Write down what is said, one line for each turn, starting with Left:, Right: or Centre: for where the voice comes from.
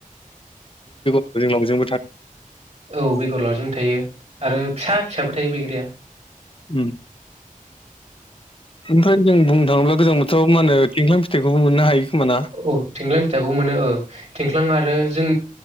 Left: ओजों लावजोंबो था
Right: औ बेगर लावजोंबो थायो आरो फिसा फिसाबो थायो बैग्रिया
Left: उम ओमफ्राय जों बुंनो थाङोब्ला गोजां बोथोराव मा होनो थिंख्लां फिथाइखौबो मोननो हायो। खोमा ना?
Right: औ थिंख्लां फिथाइखौ मोनो औ थिंख्लां आरो जों